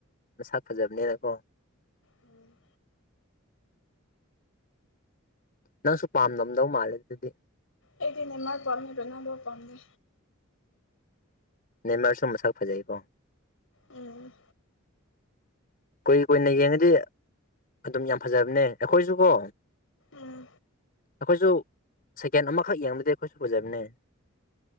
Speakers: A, on the left; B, on the left.
A: ꯃꯁꯥꯛ ꯐꯖꯕꯅꯦꯅꯀꯣ
B: ꯎꯝ
A: ꯅꯪꯁꯨ ꯄꯥꯝꯅꯝꯗꯧ ꯃꯥꯜꯂꯦ ꯑꯗꯨꯗꯤ
B: ꯑꯩꯗꯤ ꯅꯦꯃꯥꯔ ꯄꯥꯝꯃꯤ ꯔꯣꯅꯥꯟꯗꯣ ꯄꯥꯝꯗꯦ
A: ꯅꯦꯃꯥꯔꯁꯨ ꯃꯁꯛ ꯐꯖꯩꯀꯣ
B: ꯎꯝ
A: ꯀꯨꯏ ꯀꯨꯏꯅ ꯌꯦꯡꯉꯗꯤ ꯑꯗꯨꯝ ꯌꯥꯝ ꯐꯖꯕꯅꯦ ꯑꯩꯈꯣꯏꯁꯨ ꯀꯣ
B: ꯎꯝ
A: ꯑꯩꯈꯣꯏꯁꯨ ꯁꯦꯀꯦꯟ ꯑꯃꯥꯈꯛ ꯌꯦꯡꯕꯗꯤ ꯑꯩꯈꯣꯏꯁꯨ ꯐꯖꯕꯅꯦ